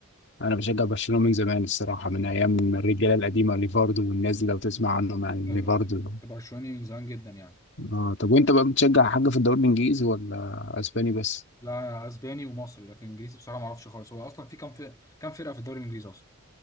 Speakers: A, on the left; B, on the left.
A: انا بشجع برشلونه من زمان الصراحه من ايام الرجاله القديمه ليفاردو والناس اللي لو تسمع عنهم يعني
B: ايوه
A: ليفاردو
B: انت برشلوني من زمان جدا يعني
A: اه طب وانت بقى بتشجع حاجه في الدوري الانجليزي ولا اسباني بس
B: لا اسباني ومصري لكن انجليزي بصراحه ما اعرفش خالص هو اصلا في كام فرقه كام فرقه في الدوري الانجليزي اصلا